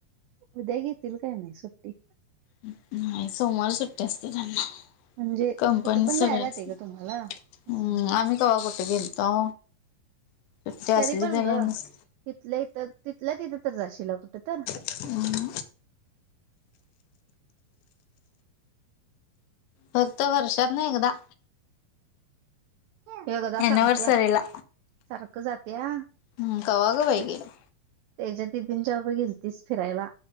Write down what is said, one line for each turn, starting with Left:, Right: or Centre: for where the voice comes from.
Right: उद्या घेतील काय माहीत सुट्टी
Left: नाही सोमवार सुट्टी असते त्यांना
Right: म्हणजे
Left: कंपनी
Right: कुठं पण
Left: सगळ्यास
Right: जायला येतय
Left: हम्म
Right: ग तुम्हाला असं म्हणायचं
Left: आम्ही कव्हा कुठे गेलतो. सुट्टी असली
Right: तरी पण ग
Left: नस
Right: इथलं इथ तिथल्या तिथं तर जाशील कुठं तर
Left: <unintelligible> फक्त वर्षातन एकदा.
Right: हे बघा सांगत्या.
Left: एनिव्हर्सरीला
Right: सारख जात्या.
Left: हम्म कवा ग बाई गेले.
Right: त्याच्यात बी तीन-चार बघितलीस फिरायला